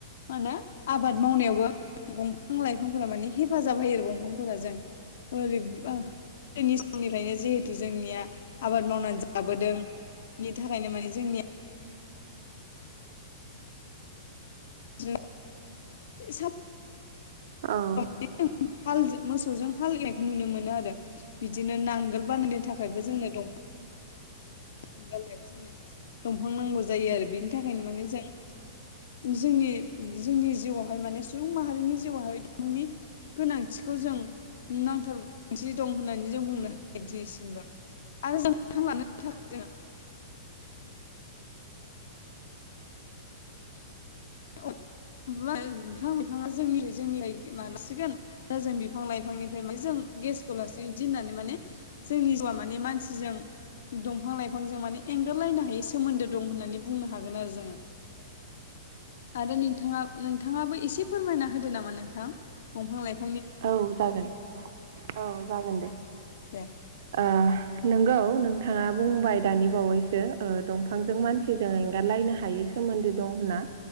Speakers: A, on the left; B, on the right.
A: मा होनो आबाद मावनायावबो दंफां लाइफांफोरा माने हेफाजाब होयो आरो दंफांफोरा जों ओरै ओ गोदोनि समनिफ्रायनो जेहुथु जोंनिया आबाद मावनानै जाबोदों बेनि थाखायनो माने जोंनिया जों <unintelligible> सा
B: औ।
A: <unintelligible> हाल मोसौजों हाल एवनायखौ नुनो मोनो आरो। बिदिनो नांगोल बानायनो थाखायबो जोंनो दंफां <unintelligible> जोंनो दंफां नांगौ जायो आरो बिनि थाखायनो माने जों जोंनि - जोंनि जिवावहाय माने सुबुं माहारिनि जिवाहाय <unintelligible> गोनांथिखौ जों नांथारथि दं होननानै जों बुंनो हायो दिनैसिमबो। आरो जों हां लानो थाखाय जों <unintelligible> बिफां लाइफाङा जोंनि जोंनिलाय गोमालांसिगोन दा जों बिफां लाइफांनि <unintelligible> जों गेसखौ लासै इदि होननानै माने जोंनि जिउआ माने मानसिजों दंफां लाइफांजों माने एंगारलायनो हायै सोमोन्दो दं होननानै बुंनो हागोन आरो जोङो। आरो नोंथाङा नोंथाङाबो एसे फोरमायना होदो नामा नोंथां दंफां लाइफां
B: औ जागोन औ जागोन दे।
A: दे।
B: ओ नंगौ नोंथाङा बुंबाय दानि बावैसो ओ दंफांजों मानसिजों एंगारलायनो हायै सो सोमोन्दो दं होनना।